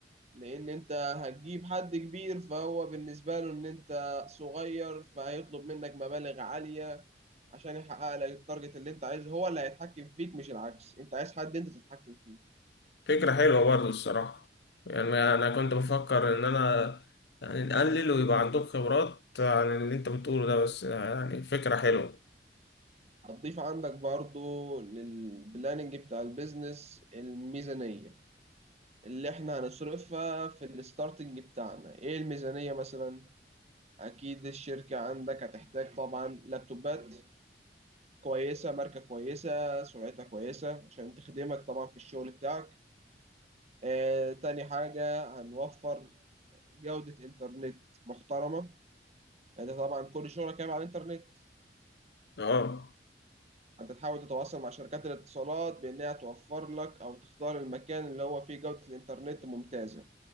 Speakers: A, on the right; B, on the left.
A: لأن أنت هتجيب حد كبير فهو بالنسبة له إن أنت صغير فهيطلب منك مبالغ عالية عشان يحقق لك التارجت اللي أنت عايزه هو اللي هيتحكم فيك مش العكس أنت عايز حد أنت تتحكم فيه
B: فكرة حلوة برضه الصراحة يعني انا كنت بفكر ان انا يعني نقلل ويبقى عندهم خبرات عن اللي انت بتقوله ده بس يعني فكرة حلوة
A: هتضيف عندك برضو للبلاننج بتاع البيزنس الميزانية اللي احنا هنصرفها في الستارتنج بتاعنا ايه الميزانية مثلا اكيد الشركة عندك هتحتاج طبعا لابتوبات كويسة ماركة كويسة سرعتها كويسة عشان تخدمك طبعا في الشغل بتاعك آه، تاني حاجة هنوفر جودة انترنت محترمة انت طبعا كل شغلك هيبقى على الانترنت
B: اه
A: انت تحاول تتواصل مع شركات الاتصالات بانها توفر لك او تختار المكان اللي هو فيه جودة الانترنت ممتازة